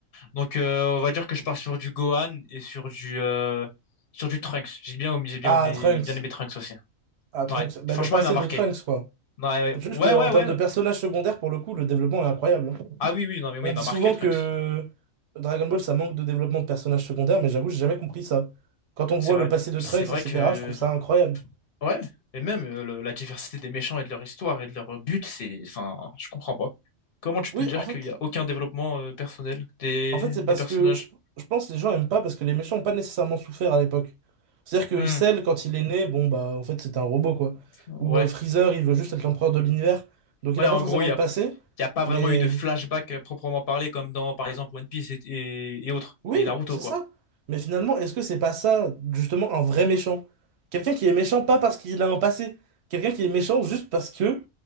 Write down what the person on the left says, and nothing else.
Donc, euh, on va dire que je pars sur du Gohan et sur du, euh, sur du Trunks. J'ai bien, j'ai bien,
aimé-
bien aimé Trunks aussi.
Ouais,
franchement,
il m'a marqué.
Non, ouais,
ouais,
ouais,
ouais.
ouais.
Ah oui, oui, non, mais moi,
il
m'a marqué,
Trunks.
C'est
vrai.
C'est
vrai
que.
Ouais. Et même euh, le- la diversité des méchants et de leur histoire et de leur euh, but, c'est. Enfin, je comprends pas. Comment tu
peux dire
qu'il n'y a aucun développement euh, personnel des,
des
personnages?
Hmm,
ouais.
Ouais,
en
gros, il n'y
a,
il y a pas
vraiment eu de flashback euh, proprement parlé, comme dans, par exemple, One Piece et, et, et autres.
Et Naruto,
quoi.